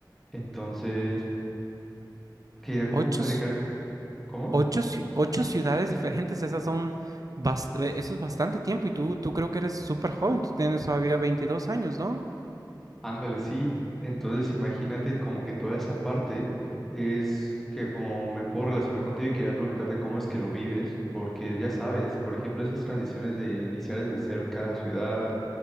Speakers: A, in the centre; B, on the right.
A: Entonces, quería como
B: Ocho,
A: platicar,
B: ci-
A: ¿cómo?
B: ocho, ci- ocho ciudades diferentes, esas son bast- eh, eso es bastante tiempo y tú, tú creo que eres súper joven, tú tienes todavía 22 años, ¿no?
A: Ándale, sí. Entonces imagínate como que toda esa parte es que como me puedo relacionar contigo y quería preguntarte cómo es que lo vives, porque ya sabes, por ejemplo, esas transiciones de iniciar desde cero en cada ciudad,